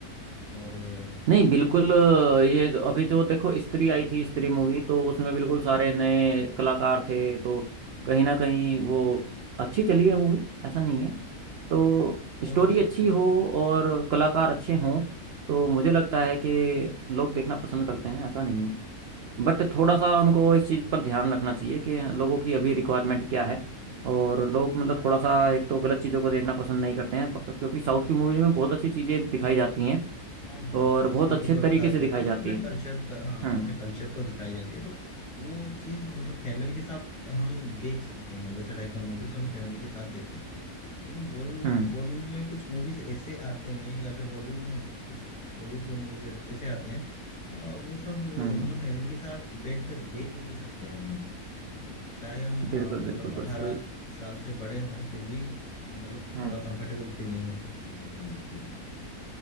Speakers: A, on the left; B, on the right.
A: और आ,
B: नहीं बिल्कुल अ, ये जो- अभी जो देखो स्त्री आई थी स्त्री मूवी तो उसमें बिल्कुल सारे नए कलाकार थे तो कहीं ना कहीं वो अच्छी चली है मूवी ऐसा नहीं है तो
A: बहुत
B: स्टोरी
A: अच्छी चली
B: अच्छी
A: है
B: हो और कलाकार अच्छे हों तो मुझे लगता है कि लोग देखना पसंद करते हैं ऐसा नहीं है बट थोड़ा सा उनको इस चीज़ पर ध्यान रखना चाहिए कि लोगों की अभी रिक्वायरमेंट क्या है और लोग मतलब थोड़ा सा एक तो गलत चीज़ों को देखना पसंद नहीं करते हैं ब- क्योंकि साउथ की मूवी में बहुत अच्छी चीज़ें दिखाई जाती हैं
A: हाँ हाँ
B: और
A: संस्कृति
B: बहुत अच्छे
A: को
B: तरीके
A: दिखाई
B: से
A: जाती
B: दिखाई
A: है
B: जाती
A: अपने
B: है
A: कल्चर का हाँ
B: हम्म
A: अपने कल्चर को दिखाई जाती है तो वो चीज मतलब फैमिली के साथ हम देख सकते हैं वैसे टाइप का मूवीज हम फैमिली के साथ देख सकते हैं लेकिन बॉलीवुड
B: हम्म
A: बॉलीवुड में कुछ मूवीज ऐसे आते हैं या फिर हॉलीवुड में कुछ हॉलीवुड के मूवीज ऐसे आते हैं अ, वो सब अ,
B: हम्म
A: मतलब फैमिली के साथ बैठ कर देख नहीं सकते हम लोग चाहे हम अ,
B: बिल्कुल
A: मतलब
B: बिल्कुल
A: अठारह
B: बस वही
A: साल से बड़े हों फिर भी अ, मतलब
B: हम्म
A: थोड़ा कंफर्टेबल फील नहीं होता वो सब मूवीज देखने में